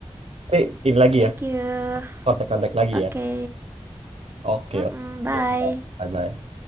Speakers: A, on the right; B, on the right.
A: Nanti ini lagi
B: thank
A: ya,
B: you.
A: kontak-kontak lagi
B: Oke,
A: ya. Oke,
B: Mm-mm,
A: oke.
B: bye.
A: Bye-bye.